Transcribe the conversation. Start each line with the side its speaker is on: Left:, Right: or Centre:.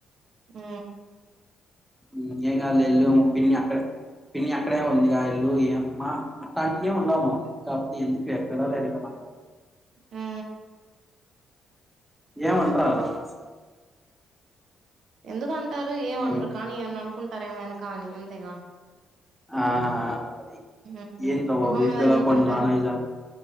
Right: ఉ
Centre: ఉ ఏం గల్లీల్లు పిన్ని అక్కడే పిన్ని అక్కడే ఉందిగా ఇల్లు ఏ మా అట్లాంటివి ఏము ఉండవు మామీ కాకపోతే ఎందుకు ఎప్పలలేరు కదా
Right: ఆ
Centre: ఏమన్రాళ్ళు నాసు
Right: ఎందు ంటరు ఏమన్రు
Centre: హ్మ్.
Right: కానీ ఎమన్నా అనుకుంటారువకు కానీ అంతేగా
Centre: ఆ అద
Right: ఉమ్
Centre: ఏంత
Right: మొహం
Centre: ఇప్పేలా
Right: మీద ఎందుకంటారు
Centre: కొన్ని నాన్ వెజ్ అని